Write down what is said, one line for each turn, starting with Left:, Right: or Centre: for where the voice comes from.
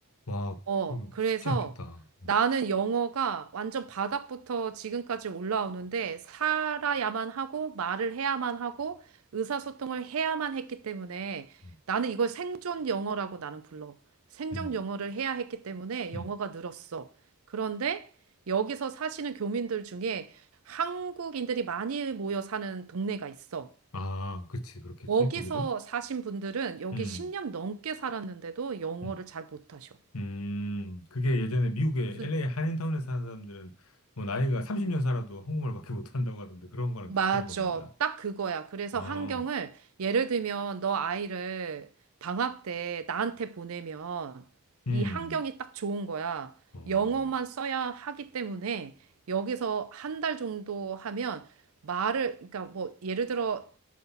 Left: 와,
Right: 어,
Left: 그
Right: 그래서
Left: 쉽지 않겠다. 음,
Right: 나는 영어가 완전 바닥부터 지금까지 올라오는데 살아야만 하고 말을 해야만 하고 의사소통을 해야만 했기 때문에
Left: 음,
Right: 나는 이걸 생존 영어라고 나는 불러. 생존
Left: 음.
Right: 영어를 해야 했기 때문에
Left: 음.
Right: 영어가 늘었어. 그런데 여기서 사시는 교민들 중에 한국인들이 많이 모여 사는 동네가 있어.
Left: 아, 그치, 그렇겠지,
Right: 거기서
Left: 거기도?
Right: 사신 분들은 여기
Left: 음,
Right: 10년 넘게 살았는데도 영어를
Left: 음,
Right: 잘 못하셔.
Left: 음, 그게 예전에 미국의
Right: 무슨
Left: LA 한인타운에 사는 사람들은 뭐 나이가 30년
Right: 음.
Left: 살아도 한국말밖에 <laughs> 못한다고 하던데 그런 거랑
Right: 맞아.
Left: 비슷한 건가 보다.
Right: 딱 그거야. 그래서
Left: 어,
Right: 환경을 예를 들면 너 아이를 방학 때 나한테 보내면
Left: 음,
Right: 이
Left: 음.
Right: 환경이 딱 좋은 거야.
Left: 어,
Right: 영어만 써야 하기 때문에 여기서 한 달 정도 하면 말을, 그러니까 뭐 예를 들어